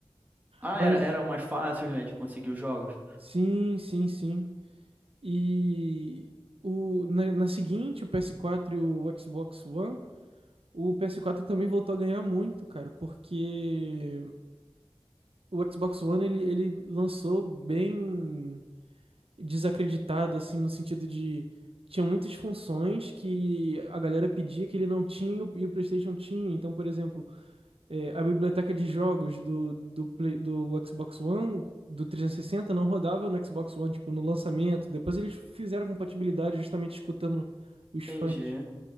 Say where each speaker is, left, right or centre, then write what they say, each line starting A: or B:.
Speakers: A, on the right; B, on the right.
A: Ah,
B: Mas
A: era, eram mais fáceis, né, de conseguir os jogos.
B: sim, sim, sim. E o, na, na seguinte, o PS4 e o Xbox One, o PS4 também voltou a ganhar muito, cara, porque o Xbox One ele, ele lançou bem desacreditado, assim, no sentido de. Tinha muitas funções que a galera pedia que ele não tinha e o e o PlayStation tinha. Então, por exemplo. é, a biblioteca de jogos do, do, Play- do Xbox One, do 360, não rodava no Xbox One, tipo, no lançamento. Depois eles fizeram compatibilidade justamente escutando os
A: Entendi.
B: fãs.